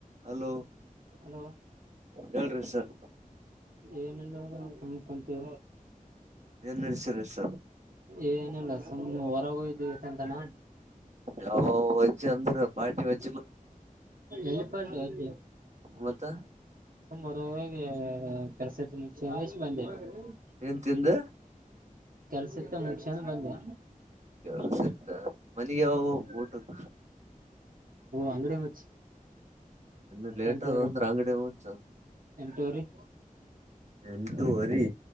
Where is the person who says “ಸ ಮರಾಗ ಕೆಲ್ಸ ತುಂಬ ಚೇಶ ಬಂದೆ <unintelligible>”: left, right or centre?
Right